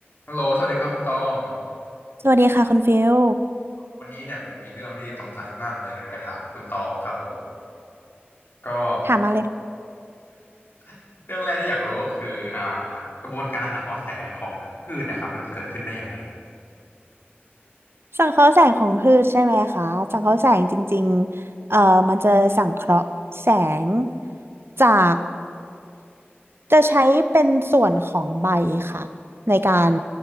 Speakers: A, on the left; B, on the right.
A: ฮัลโหลสวัสดีครับคุณตอง
B: สวัสดีค่ะคุณฟิล
A: วันนี้เนี่ยผมมีเรื่องที่สงสัยมากเลยอยากจะถามคุณตองครับผมก็
B: ถามมาเลย
A: <laughs> เรื่องแรกที่อยากรู้ก็คืออ่ากระบวนการหนักเกาะแสงของพืชเนะครับมันเกิดขึ้นได้ยังไง
B: สังเคราะห์แสงของพืชใช่ไหมคะสังเคราะห์แสงจริงๆเอ่อมันจะสังเคราะห์แสงจากจะใช้เป็นส่วนของใบค่ะในการ